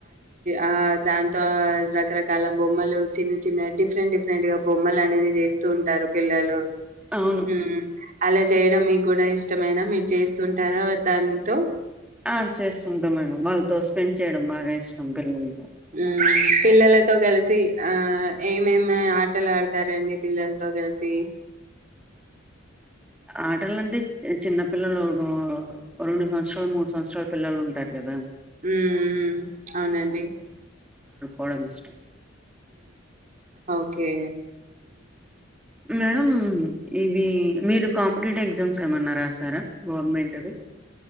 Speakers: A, on the right; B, in the centre.
A: ఆ దాంతో రకరకాల బొమ్మలు చిన్న చిన్న డిఫరెంట్ డిఫరెంట్ గా బొమ్మలు అనేది చేస్తూ ఉంటారు పిల్లలు
B: అవును
A: హ అలా చేయడం మీకు కూడా ఇష్టమైన మీరు చేస్తుంటారా దాంతో
B: ఆ చేస్తుంటా మేడం వాళ్ళతో స్పెండ్ చేయడం బాగా ఇష్టం పిల్లకి
A: ఆ పిల్లలతో కలిసి ఆ ఏమేమి ఆటలు ఆడతారండి పిల్లలతో కెలిసి
B: ఆటలంటే చిన్న పపిల్లలు రెండు సంవత్సరాలు మూడు సంవత్సరాలు పిల్లలు ఉంటారు కదా
A: ఉ అవునండి
B: డమిష్టం
A: ఒకే
B: మేడం ఇవి మీరు కాంపిటేటివ్ ఎగ్జామ్స్ ఏమన్న రా సారా గవర్నమెంట్ది